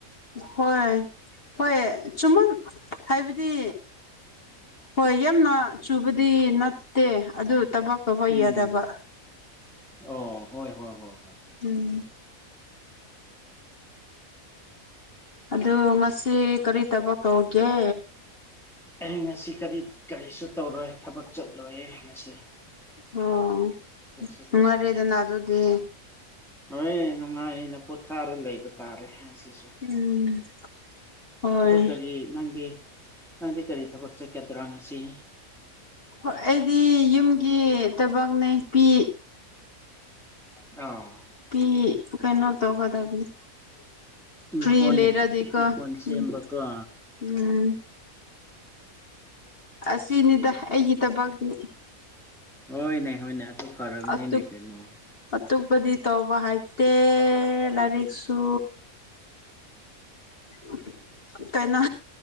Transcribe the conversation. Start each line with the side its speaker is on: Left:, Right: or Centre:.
Left: ꯍꯣꯏ ꯍꯣꯏ ꯆꯨꯝꯃ ꯍꯥꯏꯕꯗꯤ ꯍꯣꯏ ꯌꯥꯝꯅ ꯆꯨꯕꯗꯤ ꯅꯠꯇꯦ ꯑꯗꯨ ꯊꯕꯛ ꯇꯧꯕ
Centre: ꯎꯝ
Left: ꯌꯥꯗꯕ
Centre: ꯑꯣ ꯍꯣꯏ ꯍꯣꯏ ꯍꯣꯏ ꯍꯣꯏ
Left: ꯎꯝ ꯑꯗꯨ ꯉꯁꯤ ꯀꯔꯤ ꯊꯕꯛ ꯇꯧꯒꯦ
Centre: ꯑꯩꯍ ꯉꯁꯤ ꯀꯔꯤ ꯀꯔꯤꯁꯨ ꯇꯧꯔꯣꯏ ꯊꯕꯛ ꯆꯠꯂꯣꯏ ꯉꯁꯤ
Left: ꯑꯣ
Centre: ꯑꯦꯁꯨ
Left: ꯅꯨꯡꯉꯥꯏꯔꯦꯗꯅ
Centre: ꯇꯧꯗꯦ
Left: ꯑꯗꯨꯗꯤ
Centre: ꯍꯣꯏ ꯅꯨꯡꯉꯥꯏꯅ ꯄꯣꯊꯥꯔꯒ ꯂꯩꯕ ꯇꯥꯔꯦ ꯉꯁꯤꯁꯨ
Left: ꯎꯝ ꯍꯣꯏ
Centre: ꯑꯗꯣ ꯀꯔꯤ ꯅꯪꯗꯤ ꯅꯪꯗꯤ ꯀꯔꯤ ꯊꯕꯛ ꯆꯠꯀꯗ꯭ꯔꯥ ꯉꯁꯤꯅꯤ
Left: ꯍꯣꯏ ꯑꯩꯗꯤ ꯌꯨꯝꯒꯤ ꯊꯕꯛꯅꯦ ꯄꯤ
Centre: ꯑꯥ
Left: ꯐꯤ ꯀꯩꯅꯣ ꯇꯧꯒꯗꯕꯅꯤ
Centre: ꯏꯪꯈꯣꯜ
Left: ꯐ꯭ꯔꯤ ꯂꯩꯔꯗꯤꯀꯣ
Centre: ꯏꯪꯈꯣꯜ ꯁꯦꯝꯕꯒ
Left: ꯎꯝ ꯎꯝ ꯑꯁꯤꯅꯤꯗ ꯑꯩꯒꯤ ꯊꯕꯇꯤ
Centre: ꯍꯣꯏꯅꯦ ꯍꯣꯏꯅꯦ ꯑꯗꯨ ꯐꯔꯕꯅꯤꯅꯦ
Left: ꯑꯗꯨ
Centre: ꯀꯩꯅꯣ
Left: ꯑꯇꯣꯞꯄꯗꯤ ꯇꯧꯕ ꯍꯥꯏꯇꯦ ꯂꯥꯏꯔꯤꯛꯁꯨ ꯎꯝ ꯇꯥꯏꯅ